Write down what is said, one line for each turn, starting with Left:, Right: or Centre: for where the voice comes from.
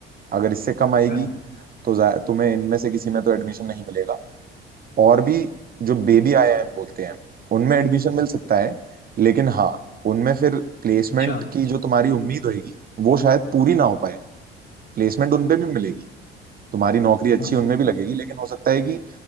Right: अगर इससे कम आएगी
Left: अच्छा
Right: तो जा- तुम्हें इनमें से किसी में तो एडमिशन नहीं मिलेगा और भी जो बेबी आईआईएम बोलते हैं उनमें एडमिशन मिल सकता है लेकिन हाँ उनमें फिर प्लेसमेंट
Left: अच्छा,
Right: की जो तुम्हारी उम्मीद होगी वो शायद पूरी ना हो पाए प्लेसमेंट उनपे भी मिलेगी तुम्हारी नौकरी अच्छी
Left: हाँ
Right: उनमें भी लगेगी लेकिन हो सकता है कि